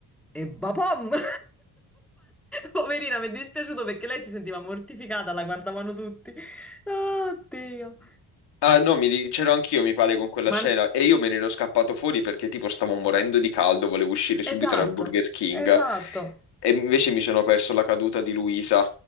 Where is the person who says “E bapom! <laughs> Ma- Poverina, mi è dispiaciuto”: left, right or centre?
Centre